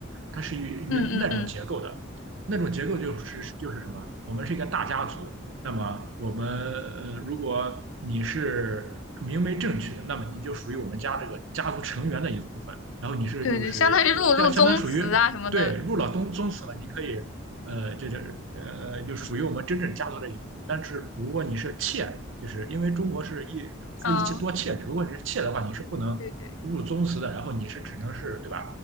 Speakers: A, on the right; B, on the left.
A: 它是与与那种结构的，
B: 嗯嗯嗯，
A: 那种结构就是就是什么？我们是一个大家族，那么我们呃如果你是。明媒正娶的，那么你就属于我们家这个家族成员的一部分。然后你是就是就这相当于属于对入了宗宗祠了，
B: 对对，相当于入入宗祠啊什么的，
A: 你可以呃这这呃就属于我们真正家族的一部分。但是如果你是妾，就是因为中国是一夫一妻多妾制，
B: 啊，
A: 如果你是妾的话，你是不能入宗祠的，
B: 对对，
A: 然后你是只能是对吧？